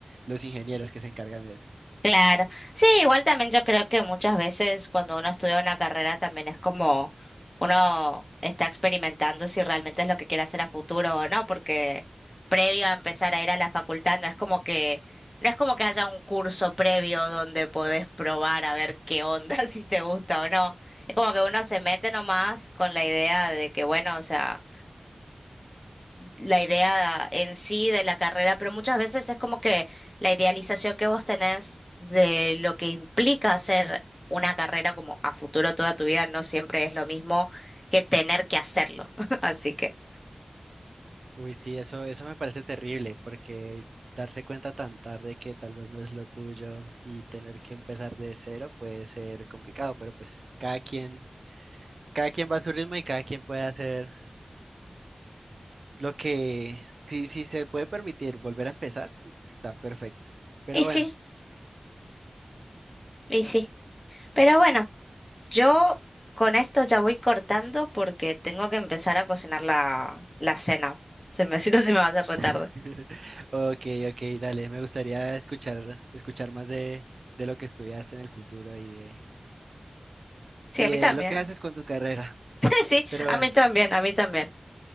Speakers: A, on the right; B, on the left.
A: los ingenieros que se encargan de eso.
B: Claro. Sí, igual también yo creo que muchas veces cuando uno estudia una carrera también es como uno está experimentando si realmente es lo que quiere hacer a futuro o no, porque previo a empezar a ir a la facultad no es como que no es como que haya un curso previo donde podés probar a ver qué onda, <laughs> si te gusta o no. Es como que uno se mete nomás con la idea de que bueno, o sea, la idea en sí de la carrera, pero muchas veces es como que la idealización que vos tenés de lo que implica hacer una carrera como a futuro toda tu vida no siempre es lo mismo que tener que hacerlo. <laughs> Así que,
A: Uy, sí, eso, eso me parece terrible porque darse cuenta tan tarde que tal vez no es lo tuyo y tener que empezar de cero puede ser complicado, pero pues cada quien, cada quien va a su ritmo y cada quien puede hacer lo que, si, si se puede permitir volver a empezar, está perfecto. Pero
B: y sí,
A: bueno.
B: y sí. Pero bueno, yo con esto ya voy cortando porque tengo que empezar a cocinar la, la cena. Se me, <laughs> si no, se me va a hacer retardo.
A: <laughs> Ok, ok, dale, me gustaría escuchar, escuchar más de, de lo que estudiaste en el futuro y de,
B: Sí,
A: y
B: a mí
A: de
B: también.
A: lo que haces con tu carrera.
B: <laughs> Sí,
A: Pero
B: a
A: bueno,
B: mí también, a mí también.